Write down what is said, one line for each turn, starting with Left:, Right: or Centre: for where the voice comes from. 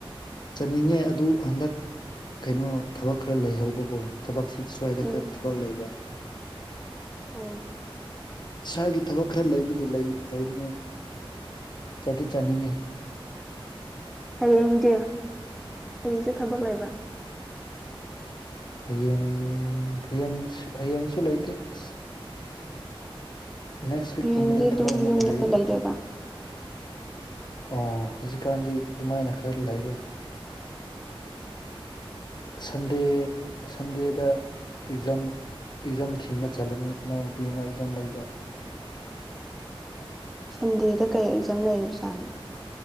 Left: ꯆꯠꯅꯤꯡꯉꯦ ꯑꯗꯨ ꯍꯟꯗꯛ ꯀꯩꯅꯣ ꯊꯕꯛ ꯈꯔ ꯂꯩꯍꯧꯕꯀꯣ ꯊꯕꯛꯁꯤ ꯁ꯭ꯋꯥꯏꯗ
Centre: ꯎꯝ
Left: ꯈꯔ ꯊꯕꯛ ꯂꯩꯕ
Centre: ꯑꯣ
Left: ꯏꯁꯥꯒꯤ ꯊꯕꯛ ꯈ꯭ꯔ ꯂꯩꯕꯒꯤ ꯂꯩ ꯂꯩꯕꯅꯦ ꯆꯠꯇꯤ ꯆꯠꯅꯤꯡꯉꯦ
Centre: ꯍꯌꯦꯡꯗꯤ ꯍꯌꯦꯡꯁꯨ ꯊꯕꯛ ꯂꯩꯕ꯭ꯔꯥ
Left: ꯍꯌꯦꯡ ꯍꯌꯦꯡ ꯍꯌꯦꯡꯁꯨ ꯂꯩꯇꯦ ꯑꯁ ꯅꯦꯛ꯭ꯁ ꯋꯤꯛꯀꯨꯝꯕꯗ
Centre: ꯍꯌꯦꯡꯗꯤ ꯑꯗꯨꯝ
Left: ꯊꯕꯛ ꯑꯃꯨꯛꯀ
Centre: ꯌꯨꯝꯗ
Left: ꯂꯩ
Centre: ꯂꯩꯗꯣꯏꯕ
Left: ꯑꯣ ꯍꯧꯖꯤꯛꯀꯥꯟꯗꯤ ꯗꯨꯃꯥꯏꯅ ꯈꯔ ꯂꯩꯔꯦ ꯁꯟꯗꯦ ꯁꯟꯗꯦꯗ ꯑꯦꯛꯖꯥꯝ ꯑꯦꯛꯖꯥꯝ ꯊꯤꯟꯕ ꯆꯠꯂꯅꯤ ꯏꯅꯥꯎꯅꯨꯄꯤ ꯑꯃ ꯑꯦꯛꯖꯥꯝ ꯂꯩꯕ
Centre: ꯁꯟꯗꯦꯗ ꯀꯩ ꯑꯦꯛꯖꯥꯝ ꯂꯩꯔꯤꯖꯥꯠꯅꯣ